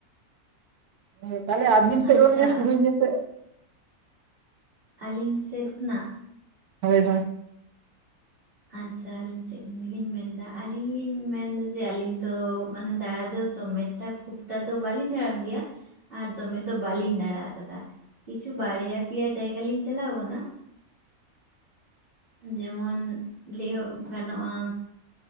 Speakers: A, on the right; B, on the right.
A: ᱮᱸ ᱛᱟᱞᱦᱮ ᱟᱵᱤᱱ ᱥᱮᱚᱜ
B: ᱟᱪᱪᱷᱟ
A: ᱠᱷᱚᱱᱜᱮ ᱥᱩᱨᱩᱭ ᱵᱤᱱ ᱥᱮ᱾
B: ᱟᱹᱞᱤᱧ ᱥᱮᱫ ᱠᱷᱚᱱᱟᱜ᱾
A: ᱦᱳᱭ ᱦᱳᱭ᱾
B: ᱟᱪᱪᱷᱟ ᱟᱹᱞᱤᱧ ᱥᱮᱫ ᱠᱷᱚᱱ ᱜᱮᱞᱤᱧ ᱢᱮᱱ ᱮᱫᱟ ᱟᱹᱞᱤᱧ ᱞᱤᱧ ᱢᱮᱱᱫᱟ ᱡᱮ ᱟᱹᱞᱤᱧ ᱫᱚ ᱢᱟᱱᱮ ᱫᱟᱬᱟ ᱫᱚ ᱫᱚᱢᱮ ᱠᱷᱩᱵᱴᱟ ᱫᱚ ᱵᱟᱞᱤᱧ ᱫᱟᱬᱟᱱ ᱜᱮᱭᱟ᱾ ᱟᱨ ᱫᱚᱢᱮ ᱫᱚ ᱵᱟᱹᱞᱤᱧ ᱫᱟᱬᱟ ᱠᱟᱫᱟ ᱠᱤᱪᱷᱩ ᱵᱟᱨᱭᱟ ᱯᱮᱭᱟ ᱡᱟᱭᱜᱟ ᱞᱤᱧ ᱪᱟᱞᱟᱣ ᱠᱟᱱᱟ᱾ ᱡᱮᱢᱚᱱ ᱞᱟᱹᱭ ᱜᱟᱱᱚᱜᱼᱟ